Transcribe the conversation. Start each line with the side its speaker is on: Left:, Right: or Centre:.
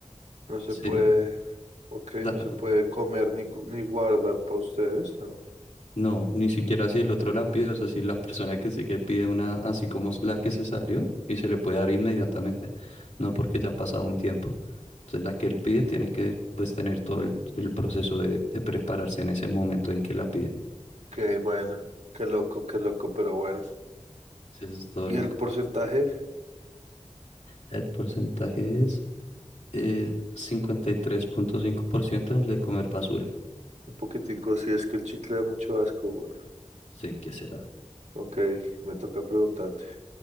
Right: no se
Left: Sí,
Right: puede, ok,
Left: da-
Right: no se puede comer ni, cu- ni guardar para ustedes, ¿no?
Left: no, ni siquiera si el otro la pide, o sea, si la persona que sigue pide una así como es la que se salió y se le puede dar inmediatamente, no porque ya ha pasado un tiempo. Entonces la que él pide tiene que pues tener todo el, el proceso de, de prepararse en ese momento en que la pide.
Right: Ok, bueno, qué loco, qué loco, pero bueno.
Left: Sí, Eso es todo
Right: ¿Y
Left: loco.
Right: el porcentaje?
Left: El porcentaje es... Eh, 53.5% de comer basura.
Right: Un poquitico, si es que el chicle da mucho asco, güey.
Left: Sí, que se va.
Right: Ok, me toca preguntarte.